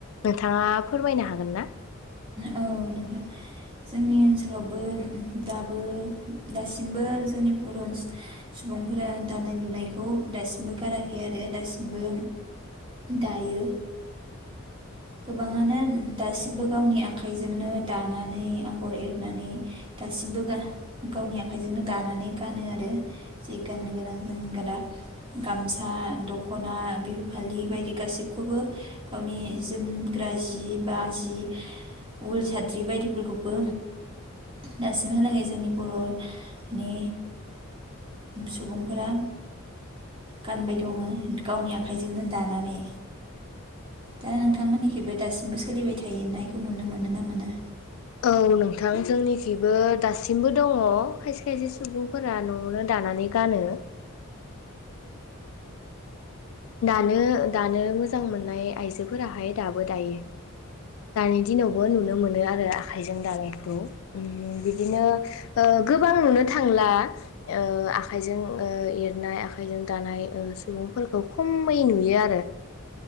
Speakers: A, on the left; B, on the right.
A: नोंथाङा फोरमायनो हागोन हागोनना
B: औ नोंथां जोंनि ओनसोलावबो दाबो दासिमबो जोंनि बर' सुबुंफोरा दानाय लुनायखौ दासिमबो गाराखै आरो दासिमबो दायो गोबाङानो दासिमबो गावनि आखाइजोंनो दानानै आगर एरनानै दासिमबो गावनि आखाइजोंनो दानानै गानो आरो जि गाननो गोनां <unintelligible> गामसा दख'ना बिहु फालि बायदि गासिबखौबो गावनि जोमग्रा जि बा जि उल साद्रि बायदिफोरखौबो दासिमहालागै जोंनि बर'नि सुबुंफोरा गानबाय दङ गावनि आखाइजोंनो दानानै दा नोंथांमोननिखैबो दासिमबो सोलिबाय थायो नायखौ नुनो मोनो ना मोना
A: औ नोंथां जोंनिखिबो दासिमबो दङ खायसे खायसे सुबुंफोरा न'आवनो दानानै गानो दानो दानो मोजां मोननाय आइजोफोराहाय दाबो दायो दानि दिनावबो नुनो मोनो आरो आखाइजों दानायखौ उम बिदिनो ओ गोबां नुनो थांला ओ आखाइजों ओ एरनाय आखाइजों दानाय ओ सुबुंफोरखौ खमै नुयो आरो